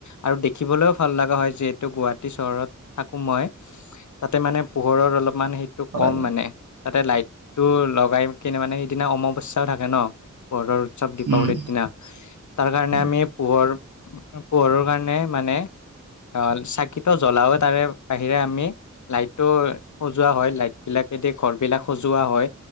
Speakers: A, on the left; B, on the right.
A: আৰু দেখিবলৈও ভাল লগা হয় যিহেতু গুৱাহাটী চহৰত থাকোঁ মই তাতে মানে পোহৰৰ অলপমান কম
B: হয়
A: মানে, তাতে লাইটটো লগাই কিনে মানে সেইদিনা অমাৱস্যাও থাকে ন ঘৰৰ চব দীপাৱলীৰ
B: উম
A: দিনা তাৰ কাৰণে
B: উম,
A: আমি পোহৰ পোহৰৰ কাৰণে মানে অ চাকিত জ্বলাৱত তাৰে বাহিৰে আমি লাইটটো সজোৱা হয়। লাইট বিলাকেদি ঘৰ বিলাক সজোৱা হয়,